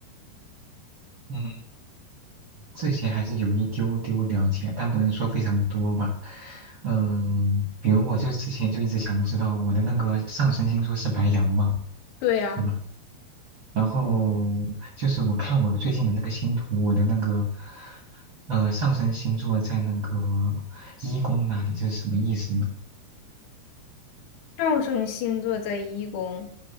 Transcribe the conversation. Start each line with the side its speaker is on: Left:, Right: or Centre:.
Right: 嗯，这些还是有一丢丢了解，但不能说非常多吧。嗯，比如我就之前就一直想知道我的那个上升星座是白羊嘛，
Left: 对呀，
Right: 对吧？然后就是我看我最近的那个星图，我的那个呃上升星座在那个一宫那里，这是什么意思呢？
Left: 上升星座在一宫，